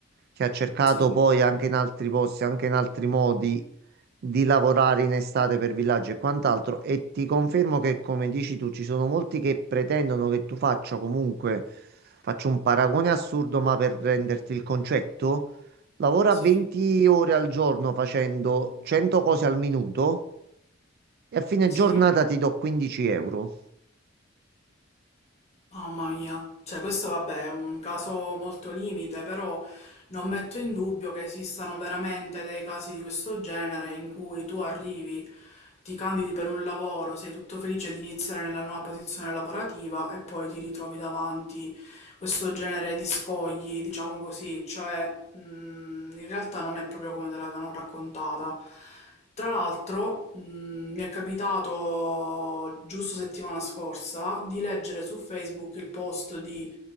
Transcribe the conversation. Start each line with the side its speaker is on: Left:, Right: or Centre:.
Right: che ha cercato
Left: Sì,
Right: poi anche in altri posti, anche in altri modi di lavorare in estate per villaggi e quant'altro. E ti confermo che, come dici tu, ci sono molti che pretendono che tu faccia comunque, faccio un paragone assurdo, ma per renderti il concetto, lavora
Left: sì,
Right: 20 ore al giorno facendo 100 cose al minuto e a fine
Left: sì.
Right: giornata ti do 15 euro.
Left: Mamma mia, cioè questo vabbè è un caso molto limite, però Non metto in dubbio che esistano veramente dei casi di questo genere in cui tu arrivi, ti candidi per un lavoro, sei tutto felice di iniziare nella nuova posizione lavorativa e poi ti ritrovi davanti questo genere di scogli, diciamo così, cioè mh, in realtà non è proprio come te l'avevano raccontata. Tra l'altro, mh, mi è capitato giusto settimana scorsa di leggere su Facebook il post di